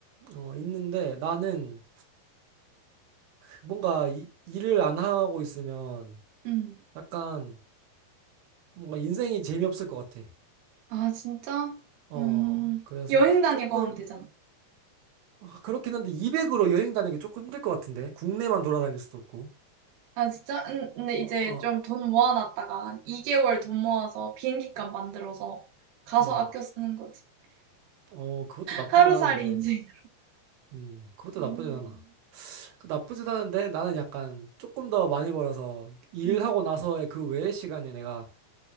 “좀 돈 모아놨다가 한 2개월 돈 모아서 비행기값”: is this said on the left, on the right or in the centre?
Right